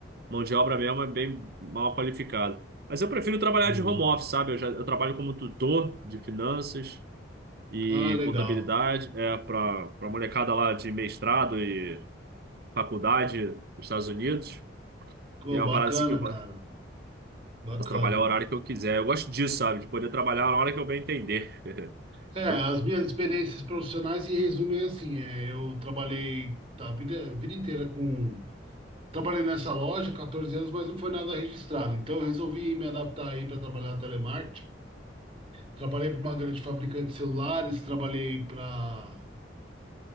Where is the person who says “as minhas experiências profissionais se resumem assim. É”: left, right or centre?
Right